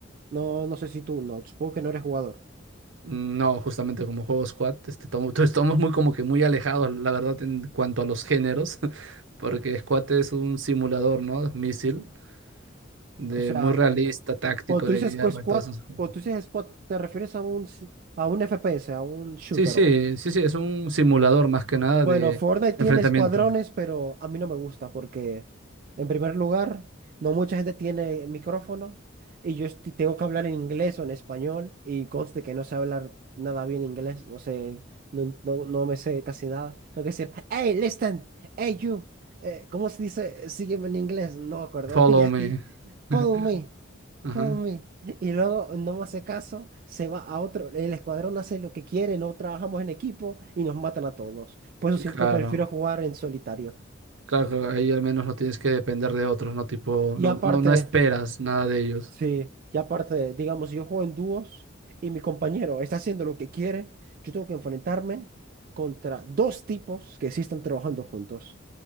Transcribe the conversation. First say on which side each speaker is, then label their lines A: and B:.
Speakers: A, on the right; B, on the right.
A: No, no sé si tú, no, supongo que no eres jugador.
B: No, justamente como juego Squad, este, tomo- <laughs> to- estamos muy como que muy alejados, la verdad, en cuanto a los géneros, <laughs> porque Squad es un simulador, ¿no? Misil, de
A: O sea,
B: muy realista, táctico,
A: cuando tú
B: de
A: dices
B: guerra
A: co- squad,
B: y todas esas cosas.
A: cuando tú dices squad, ¿te refieres a un, s- a un FPS, a un shooter
B: Sí, sí,
A: o,
B: sí, sí, es un simulador más que nada
A: Bueno,
B: de
A: Fortnite
B: enfrentamiento.
A: tiene escuadrones, pero a mí no me gusta porque, en primer lugar, no mucha gente tiene micrófono y yo esti- tengo que hablar en inglés o en español y conste que no sé hablar nada bien inglés, no sé, no, no, no me sé casi nada. Tengo que decir, hey, listen, hey, you, eh, ¿cómo se dice? Sígueme en inglés, no me acuerdo.
B: Follow
A: <laughs> Ya,
B: me.
A: sí,
B: <laughs>
A: Follow me,
B: Ajá.
A: follow me. Y luego no me hace caso, se va a otro, el escuadrón hace lo que quiere, no trabajamos en equipo y nos matan a todos. Por eso
B: Y
A: siempre
B: Claro,
A: prefiero jugar en solitario.
B: claro, que ahí al menos no tienes que depender de otros, ¿no? Tipo,
A: Y
B: no,
A: aparte,
B: no, no esperas nada de ellos.
A: sí, y aparte, digamos, si yo juego en dúos y mi compañero está haciendo lo que quiere, yo tengo que enfrentarme contra dos tipos que sí están trabajando juntos.